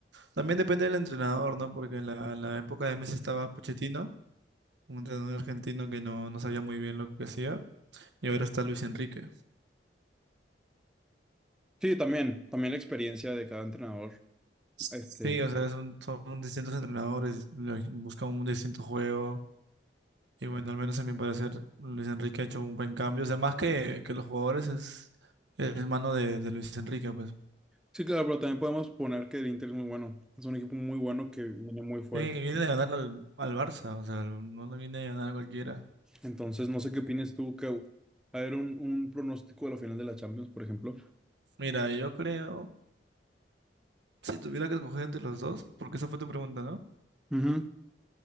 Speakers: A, on the right; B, in the centre.
A: también depende del entrenador, ¿no? Porque en la, en la época de Messi estaba Pochettino, un entrenador argentino que no, no sabía muy bien lo que hacía, y ahora está Luis Enrique.
B: Sí, también, también la experiencia de cada entrenador.
A: Sí,
B: Este,
A: o sea, son, son distintos entrenadores, lo- buscan un distinto juego Y bueno, al menos a mi parecer, Luis Enrique ha hecho un buen cambio. O sea, más que, que los jugadores, es, es mano de, de Luis Enrique, pues.
B: sí, claro, pero también podemos poner que el Inter es muy bueno, es un equipo muy bueno que viene muy fuerte.
A: Sí, viene de ganar al, al Barça, o sea, no le viene de ganar a cualquiera.
B: Entonces, no sé qué opinas tú, que va a ver un, un pronóstico de la final de la Champions, por ejemplo.
A: Mira, yo creo, si tuviera que escoger entre los dos, porque esa fue tu pregunta, ¿no?
B: Ujú.